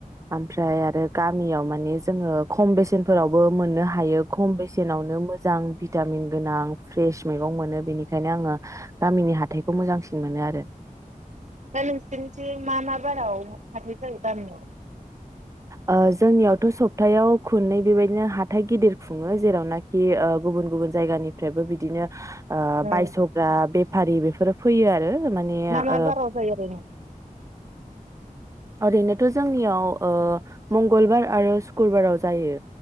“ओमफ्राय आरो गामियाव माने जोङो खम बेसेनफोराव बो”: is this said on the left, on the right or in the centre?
Right